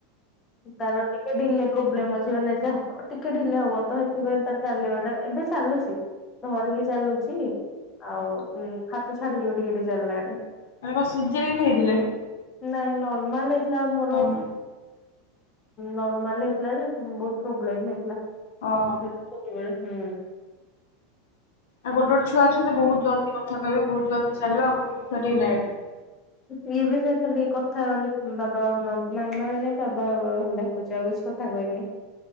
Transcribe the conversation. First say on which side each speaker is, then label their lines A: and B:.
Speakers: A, on the left; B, on the left.
A: ତାର ଟିକେ ଡିଲେ ପ୍ରୋବ୍ଲେମ ଅଛି, ମାନେ ଯ ଟିକେ ଡିଲେ ହବ ତ ସେଥିପାଇଁ ତାର ଚାଲିବା ଟା। ଏବେ ଚାଲୁଛି ଧରିକି ଚାଲୁଛି ଆଉ ହା ତ ଛାଡିକି ବି ଟିକେ ଟିକେ ଚାଲିଲାଣି।
B: ମାନେ କଣ ସିଜେରିୟାନ୍ ହେଇଥିଲା କି?
A: ନାଇଁ ନର୍ମାଲ ହେଇଥିଲା ମୋର।
B: ଓହୋ
A: ନର୍ମଲ ହେଇଥିଲା ଯେ, ପୁଣି ବହୁତ ପ୍ରୋବ୍ଲେମ ହେଇଥିଲା।
B: ଓ ହୋ।
A: ସେମିତି ସବୁବେଳେ ହୁଁ।
B: ଆଉ ଗୋଟ ଗୋଟେ ଛୁଆ ଅଛନ୍ତି ବହୁତ ଜଲଦି କଥା କହିବେ, ବହୁତ ଜଲଦି ଚାଲିବେ, ଗୋଟେ ଗୋଟେ
A: ହୁଁ
B: ଛୁଆ ଲେଟ୍ ରେ।
A: ଇଏ ବି ସେ ଖାଲି କଥା ମାନେ ଉଁ, ବାବା, ମ-ମାମା ମାନେ ବାବା ବାବା ଖାଲି ଡା କୁଛି, ଆଉ କିଛି କଥା କହିନି,